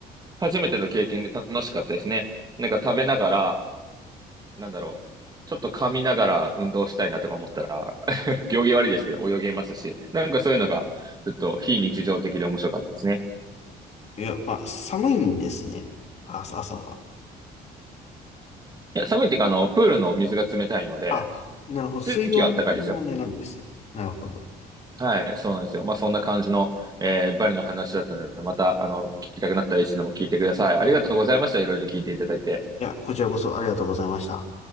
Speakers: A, on the right; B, on the left.
A: 初めての経験で楽しかったですね。なんか食べながら、なんだろう。ちょっと噛みながら運動したいなとか思ったら、行儀悪いですけど泳げますし、なんかそういうのが、ちょっと非日常的で面白かったですね。
B: いや、あ、寒いんですね。あ、朝朝は。
A: いや、寒いっていうか、あの、プールの水が冷たいので、
B: あ、なるほど。水温の問題なんですね。
A: 地域は暖かいですよ。
B: なるほど。
A: はい、そうなんですよ。まあ、そんな感じの、えーバリの話だったので、また、あの、聞きたくなったらいつでも聞いてください。ありがとうございました。いろいろ聞いていただいて。
B: いや、こちらこそありがとうございました。